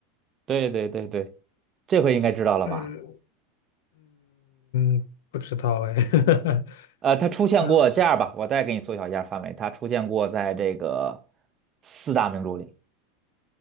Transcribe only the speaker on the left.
嗯，嗯，不知道哎，<laughs>
他